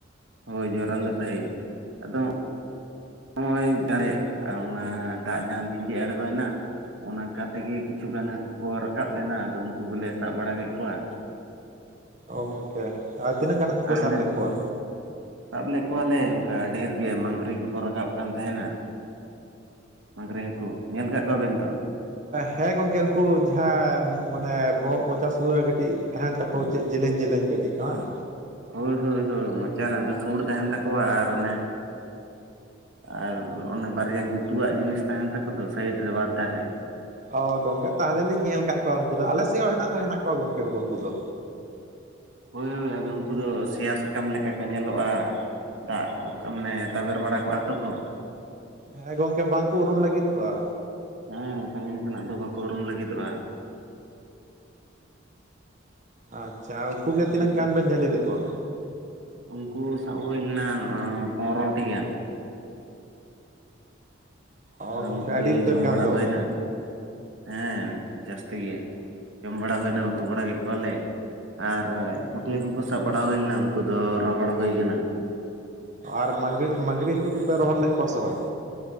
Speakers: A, on the right; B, on the right.
A: ᱦᱳᱭ ᱡᱚᱨᱟᱞᱳ ᱥᱟᱺᱦᱤᱡ ᱟᱫᱚ ᱱᱚᱜᱼᱚᱭ ᱡᱮ ᱚᱱᱟ ᱫᱟᱜ ᱡᱟᱦᱟᱸ ᱞᱤᱸᱡᱤ ᱟᱬᱜᱚᱭᱮᱱᱟ ᱚᱱᱠᱟ ᱛᱮᱜᱮ ᱠᱤᱪᱷᱩᱜᱟᱱ ᱦᱟᱹᱠᱩ ᱠᱚ ᱨᱟᱠᱟᱵ ᱞᱮᱱᱟ ᱟᱫᱚ ᱩᱱᱠᱩ ᱜᱮᱞᱮ ᱥᱟᱵ ᱵᱟᱲᱟ ᱠᱮᱫ ᱠᱚᱣᱟ᱾
B: ᱚ ᱜᱚᱝᱠᱮ ᱟᱨ ᱛᱤᱱᱟᱹᱜ ᱜᱟᱱ ᱦᱟᱹᱠᱩ
A: ᱟᱨ
B: ᱯᱮ
A: ᱦᱟᱸᱰᱮ
B: ᱥᱟᱵ ᱞᱮᱫ ᱠᱚᱣᱟ?
A: ᱥᱟᱵ ᱞᱮᱫ ᱠᱚᱣᱟᱞᱮ ᱚᱱᱠᱟ ᱰᱷᱮᱨ ᱜᱮ ᱢᱟᱝᱽᱜᱨᱤ ᱠᱚᱠᱚ ᱨᱟᱠᱟᱵ ᱠᱟᱱ ᱛᱟᱦᱮᱱᱟ᱾ ᱢᱟᱸᱜᱽᱨᱤ ᱦᱟᱹᱠᱩ ᱧᱮᱞ ᱟᱠᱟᱫ ᱠᱚᱣᱟᱵᱮᱱ ᱛᱚ?
B: ᱦᱮᱸ ᱜᱚᱝᱠᱮ ᱩᱱᱠᱩ ᱡᱟᱦᱟᱸ ᱢᱟᱱᱮ ᱵᱚᱦᱚᱜ ᱢᱚᱪᱟ ᱥᱩᱨ ᱨᱮ ᱠᱟᱹᱴᱤᱡ ᱛᱟᱦᱮᱱ ᱛᱟᱠᱚ ᱪᱮᱫ ᱡᱮ. ᱞᱮᱧ ᱡᱮ. ᱞᱮᱧ ᱠᱟᱹᱴᱤᱡ ᱵᱟᱝ?
A: ᱦᱳᱭ ᱦᱳᱭ ᱦᱳᱭ ᱢᱚᱪᱟ ᱨᱟᱸᱜᱟ ᱥᱩᱲ ᱛᱟᱦᱮᱱ ᱛᱟᱠᱚᱣᱟ ᱟᱨ ᱚᱱᱮ ᱟᱨ ᱚᱱᱮ ᱵᱟᱨᱭᱟ ᱜᱩᱛᱩᱣᱟᱜ ᱡᱤᱱᱤᱥ ᱛᱟᱦᱮᱱ ᱛᱟᱠᱚ ᱫᱚ ᱥᱟᱭᱤᱰ ᱨᱮ ᱵᱟᱨ ᱫᱷᱟᱨᱮ᱾
B: ᱚ ᱜᱚᱝᱠᱮ ᱛᱟᱦᱚᱞᱮ ᱞᱤᱧ ᱧᱮᱞ ᱠᱟᱫ ᱠᱚᱣᱟ ᱩᱱᱠᱩ ᱫᱚ ᱟᱞᱮ ᱥᱮᱫ ᱦᱚᱸ ᱦᱮᱱᱟᱜ ᱫᱚ ᱦᱮᱱᱟᱜ ᱠᱚᱣᱟ ᱜᱚᱝᱠᱮ ᱩᱱᱠᱩ ᱦᱟᱹᱠᱩ ᱫᱚ᱾
A: ᱦᱳᱭ ᱦᱳᱭ ᱟᱫᱚ ᱩᱱᱠᱩ ᱫᱚ ᱥᱮᱭᱟ ᱥᱟᱠᱟᱢ ᱞᱮᱠᱟ ᱠᱚ ᱧᱮᱞᱚᱜᱼᱟ᱾ ᱫᱟᱜ ᱢᱟᱱᱮ ᱛᱟᱵᱮᱨ ᱵᱟᱲᱟ ᱠᱚᱜᱼᱟ ᱛᱚ ᱠᱚ᱾
B: ᱦᱮᱸ ᱜᱚᱝᱠᱮ ᱵᱟᱝᱠᱚ ᱩᱨᱩᱢ ᱞᱟᱹᱜᱤᱫᱚᱜᱼᱟ᱾
A: ᱦᱮᱸ ᱥᱟᱺᱜᱤᱧ ᱠᱷᱚᱱᱟᱜ ᱫᱚ ᱵᱟᱠᱚ ᱩᱨᱩᱢ ᱞᱟᱹᱜᱤᱫᱚᱜᱼᱟ᱾
B: ᱟᱪᱪᱷᱟ ᱩᱱᱠᱩ ᱜᱮ ᱛᱤᱱᱟᱹᱜ
A: ᱟᱫᱚ
B: ᱜᱟᱱ ᱵᱮᱱ ᱡᱷᱟᱹᱞᱤ ᱞᱮᱫ ᱠᱚᱣᱟ?
A: ᱩᱱᱠᱩ ᱥᱟᱵ ᱦᱩᱭ ᱞᱮᱱᱟ ᱯᱚᱱᱨᱚᱴᱤ ᱜᱟᱱ᱾
B: ᱚ
A: ᱟᱫᱚ
B: ᱜᱚᱝᱠᱮ
A: ᱩᱱᱠᱩ
B: ᱟᱹᱰᱤ
A: ᱜᱮ
B: ᱩᱛᱟᱹᱨ
A: ᱡᱚᱢ
B: ᱜᱟᱱ
A: ᱵᱟᱲᱟ
B: ᱫᱚ᱾
A: ᱦᱩᱭᱱᱟ ᱦᱮᱸ ᱡᱟᱹᱥᱛᱤ ᱜᱮ ᱡᱚᱢ ᱵᱟᱲᱟ ᱦᱩᱭᱱᱟ ᱩᱛᱩ ᱵᱟᱲᱟ ᱠᱮᱫ ᱠᱚᱣᱟᱞᱮ᱾ ᱟᱨ ᱯᱩᱴᱷᱤᱹ ᱦᱟ. ᱠᱩ ᱠᱚ ᱥᱟᱵ ᱵᱟᱲᱟ ᱦᱩᱭ ᱞᱮᱱᱟ ᱩᱱᱠᱩ ᱫᱚ ᱨᱚᱦᱚᱲ ᱦᱩᱭ ᱟᱠᱟᱱᱟ᱾
B: ᱟᱨ ᱢᱟᱹᱝᱜᱤ ᱢᱟᱹᱝᱜᱽᱨᱤ ᱦᱟᱹᱠᱩ ᱫᱚᱯᱮ ᱨᱚᱦᱚᱲ ᱞᱮᱫ ᱠᱚᱣᱟ ᱥᱮ ᱵᱟᱝ?